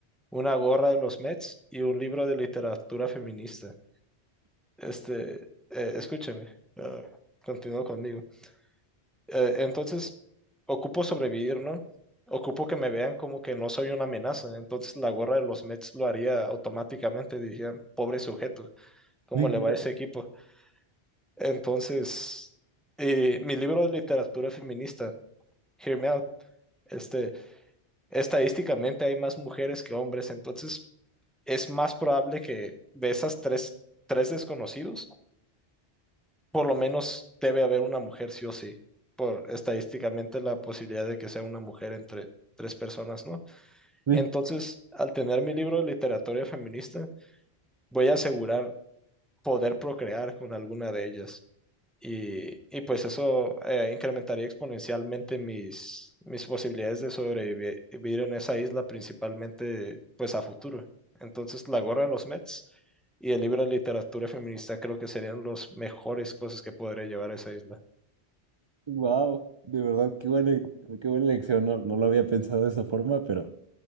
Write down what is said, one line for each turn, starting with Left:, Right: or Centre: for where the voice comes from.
Centre: una gorra de los Mets y un libro de literatura feminista. Este, eh, escúcheme, eh, continúa conmigo. Eh, entonces, ocupo sobrevivir, ¿no? Ocupo que me vean como que no soy una amenaza. Entonces, la gorra de los Mets lo haría automáticamente. Dirían, pobre sujeto, ¿cómo
Right: Sí,
Centre: le
Right: claro,
Centre: va a ese equipo? Entonces, eh, mi libro de literatura feminista, Hear Me Out, este, estadísticamente hay más mujeres que hombres. Entonces, es más probable que de esas tres, tres desconocidos por lo menos debe haber una mujer sí o sí, por estadísticamente la posibilidad de que sea una mujer entre tres personas, ¿no?
Right: sí.
Centre: Entonces, al tener mi libro de literatura feminista, voy a asegurar poder procrear con alguna de ellas. Y, y pues eso eh, incrementaría exponencialmente mis, mis posibilidades de sobrevivir en esa isla, principalmente pues a futuro. Entonces, la gorra de los Mets y el libro de literatura feminista creo que serían las mejores cosas que podré llevar a esa isla.
Right: Wow, de verdad, qué buena, qué buena lección No, no lo había pensado de esa forma, pero